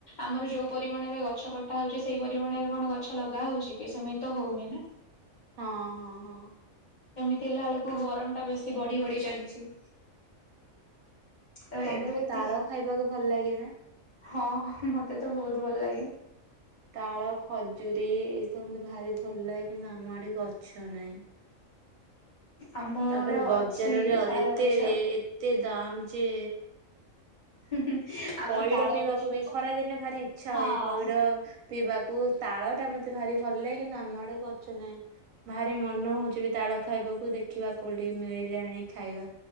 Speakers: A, on the left (about 40°); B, on the right (about 85°).
A: ଆମର ଯୋଉ ପରିମାଣରେ ଗଛ କଟା ହଉଛି ସେଇ ପରିମାଣରେ କଣ ଗଛ ଲଗା ହଉଛି କି ସେମିତି ତ ହଉନି ନା।
B: ହଁ ହଁ ହଁ।
A: ଥିଲା ବେଳକୁ ଗରମ ଟା ବେଶୀ ବଢି ବଢି ଚାଲିଛି। ତ
B: ତମକୁ
A: ଏବେ ଏତିକି
B: ତାଳ ଖାଇବାକୁ ଭଲ ଲାଗେ ନା
A: ହଁ ମତେ, ଏତେ ତ ବହୁତ ଭଲ ଲାଗେ।
B: ତାଳ ଖଜୁରୀ ଏଇସବୁ, ଭାରି ଭଲ ଲାେ କିନ୍ତୁ ଆମ ଆଡେ ଗଛ ନାହିଁ।
A: ଆମର
B: ତାପରେ ବଜାରରେ
A: ଅଛି
B: ଆଉ
A: ତାଳ
B: ଏତେରେ
A: ଗଛ
B: ଏତେ ଦାମ୍ ଯେ
A: ହୁଁ ହୁଁ ଆମର
B: ପଇଡ
A: ତାଳ
B: ପିଇବାକୁ
A: ଗଛ
B: ବି
A: ଅଛି।
B: ଖରା ଦିନେ ଭାରି ଇଚ୍ଛା
A: ହଁ
B: ହୁଏ ପଇଡ ପିଇବାକୁ ତାଳ ଟା ମତେ ଭାରି ଭଲ ଲାଗେ କିନ୍ତୁ ଆମ ଆଡେ ଗଛ ନାହିଁ ଭାରି ମନେ ହଉଛି ବି ତାଳ ଖାଇବାକୁ ଦେଖ ଦେଖିବା କୋଉଠି ମିଳିଲେ ଆଣି ଖାଇବା